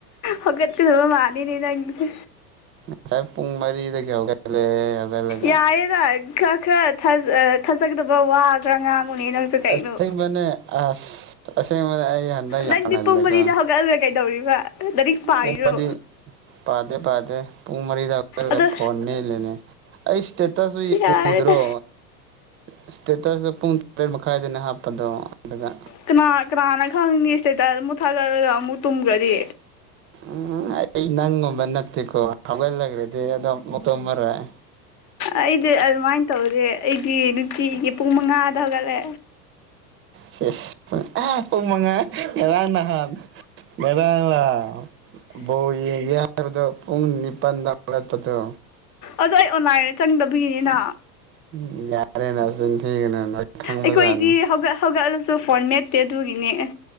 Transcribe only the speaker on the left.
ꯍꯧꯒꯠꯀꯗꯕ ꯃꯥꯗꯦꯅꯦ ꯅꯪꯁꯦ
ꯌꯥꯔꯦꯗ ꯈꯔ ꯈꯔ ꯊꯥꯖꯒꯗꯕ ꯋꯥ ꯈꯔ ꯉꯥꯡꯉꯨꯅꯦ ꯀꯩꯅꯣ
ꯅꯪꯗꯤ
ꯄꯨꯡ ꯃꯔꯤꯗ ꯍꯧꯒꯠꯂꯒ ꯀꯩꯗꯧꯔꯤꯕ ꯂꯥꯏꯔꯤꯛ ꯄꯥꯔꯤꯔꯣ
ꯑꯗꯣ
ꯌꯥꯔꯦꯗ
ꯀꯅꯥ ꯀꯅꯥꯅ ꯈꯪꯅꯤ ꯏꯁꯇꯦꯇꯁ ꯃꯨꯊꯠꯂꯒ ꯑꯃꯨꯛ ꯇꯨꯝꯈꯔꯗꯤ
ꯑꯩꯗꯤ ꯑꯗꯨꯃꯥꯏꯅ ꯇꯧꯗꯦ ꯑꯩꯗꯤ ꯅꯨꯡꯇꯤꯒꯤ ꯄꯨꯡ ꯃꯉꯥꯗ ꯍꯧꯒꯠꯂꯦ
ꯑꯗꯣ ꯑꯩ ꯑꯣꯟꯂꯥꯏꯟꯗ ꯆꯪꯗꯕꯤꯒꯤꯅꯤꯅ
ꯑꯩꯈꯣꯏꯗꯤ ꯍꯧꯒꯠ ꯍꯧꯒꯠꯂꯁꯨ ꯐꯣꯟ ꯃꯦꯠꯇꯦ ꯑꯗꯨꯒꯤꯅꯦ